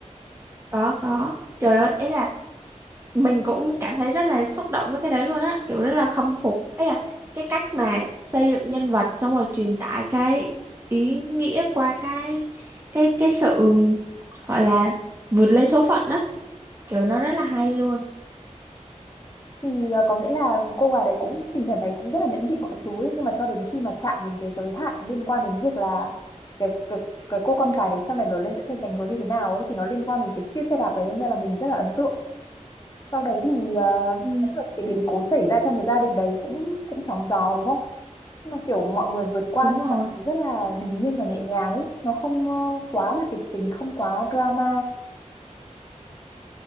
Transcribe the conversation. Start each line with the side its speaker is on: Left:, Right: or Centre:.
Right: có có. Trời ơi, ấy là mình cũng cảm thấy rất là xúc động với cái đấy luôn á, kiểu rất là khâm phục. Ấy là cái cách mà xây dựng nhân vật xong rồi truyền tải cái ý nghĩa qua cái cái cái sự gọi là vượt lên số phận đó, kiểu nó rất là hay luôn.
Left: thì à, có nghĩa là cô gái đấy cũng mình cảm thấy cũng rất là nhẫn nhịn mọi thứ ấy, nhưng mà cho đến khi mà chạm đến cái giới hạn liên quan đến việc là cái cái cái cô con gái đấy sau này lớn lên sẽ thành thành người như thế nào ấy thì nó liên quan đến cái chiếc xe đạp đấy nên là mình rất là ấn tượng sau đấy thì ờ,
Right: Ừ,
Left: nói chung là cái biến cố xảy ra trong cái gia đình đấy cũng cũng sóng gió đúng không nhưng mà kiểu mọi người vượt qua
Right: đúng
Left: một
Right: rồi.
Left: cách rất là bình yên và nhẹ nhàng ấy nó không ờ, quá là kịch tính không quá drama